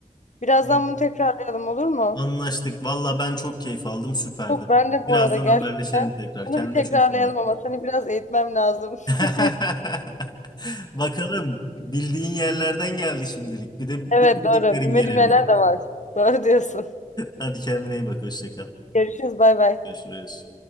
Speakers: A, on the left; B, on the left.
A: Birazdan
B: Evet.
A: bunu tekrarlayalım olur mu?
B: Anlaştık. Valla ben çok keyif aldım. Süperdi.
A: Yok ben de
B: Birazdan
A: bu arada gerçekten
B: haberleşelim tekrar.
A: bunu
B: Kendine
A: bir tekrarlayalım
B: çok iyi bak.
A: ama seni biraz eğitmem lazım.
B: <laughs>
A: <laughs>
B: Bakalım bildiğin yerlerden geldi şimdilik. Bir de
A: Evet
B: bilmediklerin
A: doğru. Bilmediğim
B: gelebilir.
A: yerler de var. Doğru diyorsun.
B: Hadi kendine iyi bak. Hoşça kal.
A: Görüşürüz bay bay.
B: Görüşürüz.